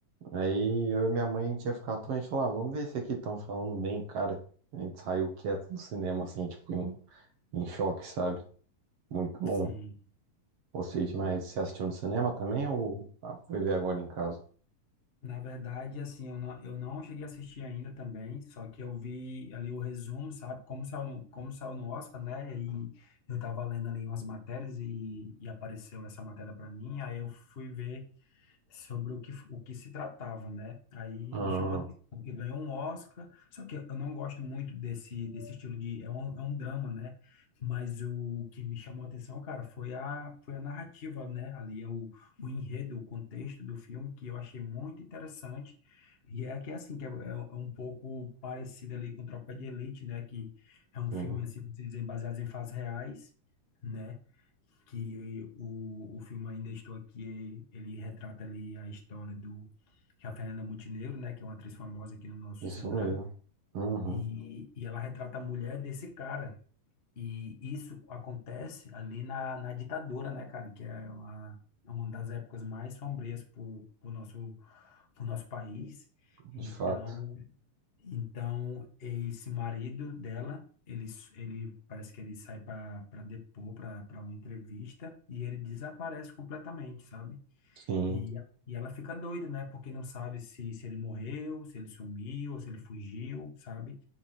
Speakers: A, on the right; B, on the left.
A: Aí eu e minha mãe, a gente ia ficar à toa, a gente falou, ah, vamos ver esse aqui, estão falando bem, cara. A gente saiu quieto do cinema, assim, tipo, em, em choque, sabe? Muito bom.
B: Sim.
A: Gostei demais. Você assistiu no cinema também ou ah, foi ver agora em casa?
B: Na verdade, assim, eu não, eu não cheguei a assistir ainda também, só que eu vi ali o resumo, sabe? Como saiu, no- como saiu no Oscar, né? E eu tava lendo ali umas matérias e, e apareceu essa matéria para mim, aí eu fui ver. sobre o que, o que se tratava, né? Aí
A: Ah,
B: me chamou a atenção, porque ganhou um Oscar, só que eu não gosto muito desse, desse estilo de... É um, é um drama, né? Mas o que me chamou a atenção, cara, foi a, foi a narrativa, né? Ali é o, o enredo, o contexto do filme, que eu achei muito interessante. E é que, é assim, que é, é é um pouco parecido ali com Tropa de Elite, né? Que é um
A: sim.
B: filme, assim, vamos dizer, baseado em fatos reais, né? que o, o filme Ainda Estou Aqui, ele retrata ali a história do que a Fernanda Montenegro, né, que é uma atriz famosa aqui no nosso
A: Isso
B: cenário,
A: mesmo. Uhum,
B: e, e ela retrata a mulher desse cara. E isso acontece ali na, na ditadura, né, cara, que é uma, uma das épocas mais sombrias pro, pro nosso, pro nosso país.
A: de
B: Então,
A: fato.
B: então, esse marido dela, ele, ele parece que ele sai para para depor, para uma entrevista, e ele desaparece completamente, sabe?
A: Sim.
B: E, e ela fica doida, né? Porque não sabe se, se ele morreu, se ele sumiu, ou se ele fugiu, sabe?